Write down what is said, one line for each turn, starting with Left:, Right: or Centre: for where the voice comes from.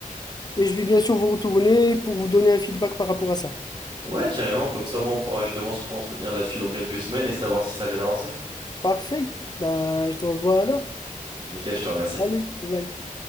Left: et je vais bien sûr vous retourner pour vous donner un feedback par rapport à ça.
Right: Ouais, carrément, comme ça, au moins, on pourra justement se re-entretenir là-dessus dans quelques semaines et savoir si ça a bien avancé.
Left: Parfait. Bah, je te revois là.
Right: Nickel, je te remercie.
Left: Allez, bye bye.